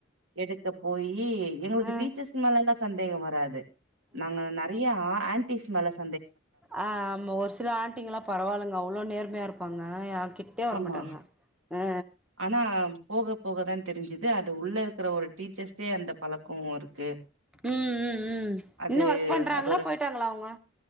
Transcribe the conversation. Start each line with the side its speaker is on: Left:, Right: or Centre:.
Right: எடுக்க போயி எங்களுக்கு
Centre: ம்
Right: டீச்சர்ஸ்
Centre: ம்
Right: மேலலா சந்தேகோ வராது நாங்க நெறையா ஆன்டிஸ் மேலஸ்
Centre: ஆ ஆமா ஒரு சில ஆண்டிங்குளா பரவாயில்லங்க அவ்ளோ நேர்மையா இருப்பாங்க யார் கிட் டே வரமாட்டாங்க
Right: ஆமா
Centre: ஆ
Right: ஆனா போக போகதான் தெரிஞ்சுது அது உள்ள இருக்கிற ஒரு டீச்சர்ஸே அந்த பழக்கோ இருக்கு
Centre: ம் ம் ம்
Right: அது
Centre: இன்னு ஒர்க் பண்றாங்களா
Right: அதோட
Centre: போயிட்டாங்களா அவங்க